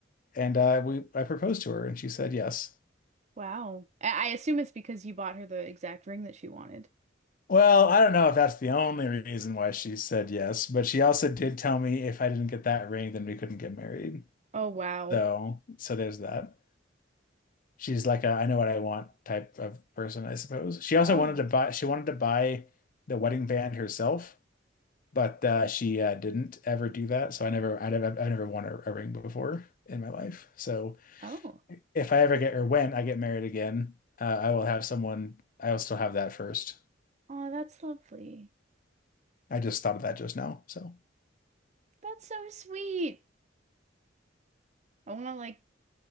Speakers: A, on the left; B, on the right.
A: And uh, we, I proposed to her and she said yes.
B: Wow. I, I assume it's because you bought her the exact ring that she wanted.
A: Well, I don't know if that's the only reason why she said yes, but she also did tell me if I didn't get that ring, then we couldn't get married.
B: Oh, wow.
A: So, so there's that. She's like a I know what I want type of person, I suppose. She also
B: Oh,
A: wanted to buy she wanted to buy the wedding band herself, but uh, she uh, didn't ever do that. So I never I never I've never won a, a ring before in my life. So
B: Oh.
A: if I ever get or when I get married again, uh, I will have someone I will still have that first.
B: Oh, that's lovely.
A: I just thought of that just now. So
B: That's so sweet. I want to like